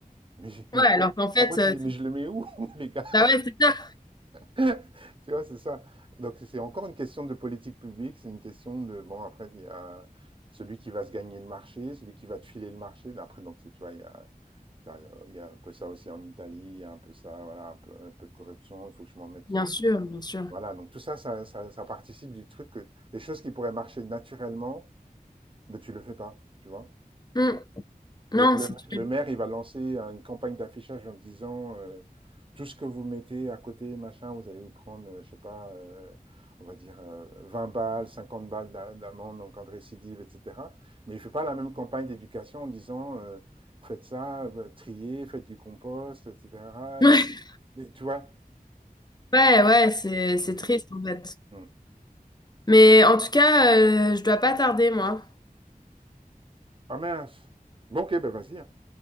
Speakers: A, on the right; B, on the left.
A: Mais j'ai-
B: Ouais,
A: <laughs> après,
B: alors qu'en fait,
A: après,
B: euh,
A: tu dis, mais
B: c'est-
A: je le mets où, <laughs> les gars?
B: bah ouais, c'est ça.
A: <laughs> Tu vois, c'est ça. Donc, c'est encore une question de politique publique, c'est une question de, bon, après, il y a celui qui va se gagner le marché, celui qui va te filer le marché. Après, donc, tu vois, il y a, t'as- il y a un peu ça aussi en Italie, il y a un peu ça, voilà, un peu, un peu de corruption, il faut que je m'en mette.
B: Bien
A: euh,
B: sûr, bien sûr.
A: Voilà, donc tout ça, ça, ça, ça participe du truc que les choses qui pourraient marcher naturellement, mais tu le fais pas, tu vois.
B: Hmm, Non,
A: Donc le,
B: c'est
A: le
B: dur.
A: maire, il va lancer une campagne d'affichage en disant euh, tout ce que vous mettez à côté, machin, vous allez vous prendre, euh, je sais pas, euh, on va dire euh, 20 balles, 50 balles d'a- d'amende en cas de récidive, etc. Mais il fait pas la même campagne d'éducation en disant euh, faites ça, bah, triez, faites du compost, etc.
B: <laughs>
A: Les- les- tu vois
B: Ouais, ouais, ouais, c'est c'est
A: c'est-
B: triste en fait.
A: Hmm.
B: Mais en tout cas, euh, je dois pas tarder, moi.
A: Ah mince Bon, ok, ben vas-y. hein.